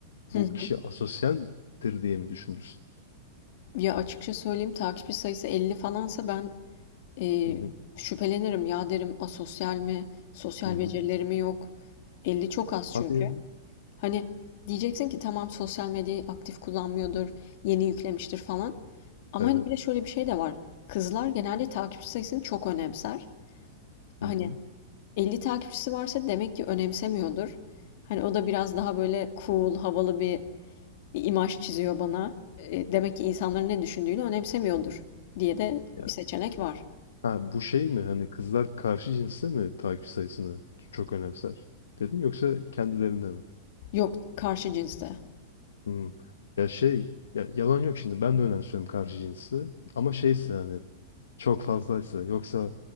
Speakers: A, on the left (about 85°); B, on the left (about 60°).
A: Bu
B: Hı hı.
A: kişi asosyaldir diye mi düşünürsün?
B: Ya açıkça söyleyeyim takipçi sayısı 50 falansa ben e,
A: Hı hı.
B: şüphelenirim. Ya derim asosyal mi? Sosyal
A: Hı hı.
B: becerileri mi yok? 50 çok az
A: Hadi
B: çünkü.
A: ya.
B: Hani diyeceksin ki tamam sosyal medyayı aktif kullanmıyordur, yeni yüklemiştir falan. Ama
A: Evet.
B: hani bir de şöyle bir şey de var. Kızlar genelde takipçi sayısını çok önemser. Hani
A: Hı hı.
B: 50 takipçisi varsa demek ki önemsemiyordur. Hani o da biraz daha böyle cool, havalı bir imaj çiziyor bana. E, demek ki insanların ne düşündüğünü önemsemiyordur diye de
A: Ya,
B: bir seçenek var.
A: ha, bu şey mi hani kızlar karşı cinste mi takip sayısını çok önemser dedin yoksa kendilerinde mi?
B: Yok, karşı cinste.
A: Hı. Ya şey ya yalan yok şimdi ben de önemsiyorum karşı cinsi ama şeyse hani Çok fazlaysa. Yoksa